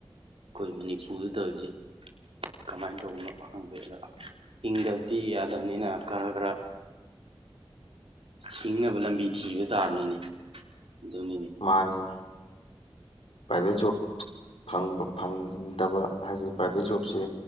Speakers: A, on the right; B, on the left.
A: ꯈꯣꯏ ꯃꯅꯤꯄꯨꯔꯗ ꯇꯧꯔꯤꯁꯦ ꯀꯃꯥꯏꯅ ꯇꯧꯕꯅꯣ ꯈꯪꯗꯦ ꯑꯗꯨ ꯍꯤꯡꯗꯕꯗꯤ ꯌꯥꯗꯕꯅꯤꯅ ꯈꯔ ꯈꯔ ꯍꯤꯡꯅꯕ ꯂꯝꯕꯤ ꯊꯤꯕ ꯇꯥꯕꯅꯤꯅꯦ ꯑꯗꯨꯝ
B: ꯃꯥꯅꯤ ꯄ꯭ꯔꯥꯏꯚꯦꯠ ꯖꯣꯕ ꯐꯪꯕ ꯐꯪꯗꯕ ꯍꯥꯏꯁꯦ ꯄ꯭ꯔꯥꯏꯚꯦꯠ ꯖꯣꯕꯁꯦ